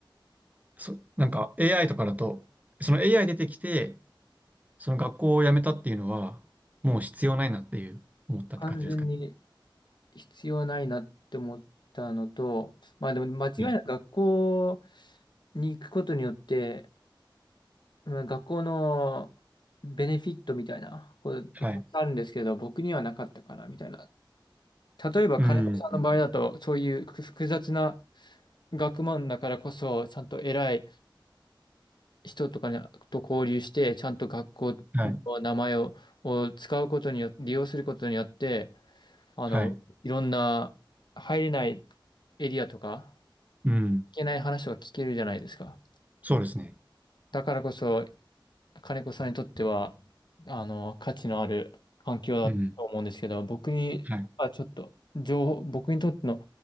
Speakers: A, on the right (about 20°); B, on the left (about 60°).
A: そ、なんか AI とかだと、その AI 出てきて、その学校を辞めたっていうのは、もう必要ないなっていう思ったって感じですかね。
B: 完全に必要ないなって思ったのと、まあでも間違いなく学校
A: うん
B: に行くことによって、まあ、学校のベネフィットみたいなことたくさんあるんですけど、
A: はい。
B: 僕にはなかったかなみたいな。例えば金子さんの場合だと、
A: うん。
B: そういう複複雑な学問だからこそ、ちゃんと偉い人とかにと交流して、ちゃんと学校の名前を、
A: はい。
B: を使うことによって、利用することによって、あの、
A: はい。
B: いろんな入れないエリアとか、
A: うん。
B: けない話とか聞けるじゃないですか。
A: そうですね。
B: だからこそ、金子さんにとっては、あの、価値のある環境だと思うんですけど、
A: うん。
B: 僕にはちょっと、
A: はい。
B: 情報、僕にとっての